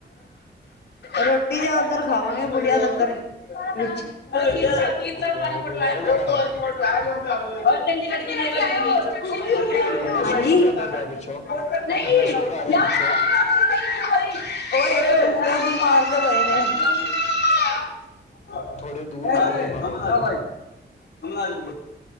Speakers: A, on the left (about 75°); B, on the left (about 40°).
A: ਰੋਟੀ ਤੇ ਔਧਰ ਖਾਵਾਂਗੇ ਬੁੜੀਆ ਲੰਗਰ, ਵਿੱਚ। ਤੀਨ ਚਾਰ
B: ਓਕੇ
A: ਪਾਣੀਟ
B: ਗੁਰਦੁਆਰੇ
A: ਹੈ <unintelligible>
B: ਜਾਣਾ ਹੈਗਾ
A: ਚੰਡੀਗੜ੍ਹ <unintelligible> ਹਾਂਜੀ।
B: ਇੰਨਾ ਸ਼ੋਰ ਕਿਉਂ ਆਉਂਦਾ
A: ਉਹ
B: ਪਿਆ ਪਿੱਛੋਂ ਇੰਨਾ
A: ਜ
B: ਸ਼ੋਰ ਆ ਰਿਹਾ ਪਿੱਛੋਂ
A: ਮਾਰਦੇ ਪਏ ਨੇ <unintelligible>
B: ਥੋੜੇ
A: ਨਮਮਨਾ
B: ਦੂਰ ਚਲੇ ਜਾਓ ਉਹਨਾਂ ਤੋਂ
A: <unintelligible>